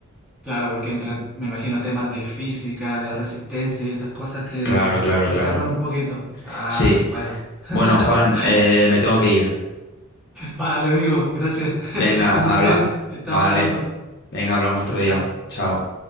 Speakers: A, in the centre; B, on the left.
A: claro, porque entran, me imagino, temas de física, de resistencia y esas cosas que
B: Claro, claro,
A: escapan
B: claro.
A: un poquito. Ah,
B: Sí.
A: bueno. <laughs>
B: Bueno, Juan, eh, me tengo que ir.
A: Vale, amigo, gracias.
B: Venga,
A: <laughs> Que esté
B: habla.
A: muy bien. Estamos
B: Vale.
A: hablando.
B: Venga, hablamos otro
A: Chao, chao.
B: día. Chao.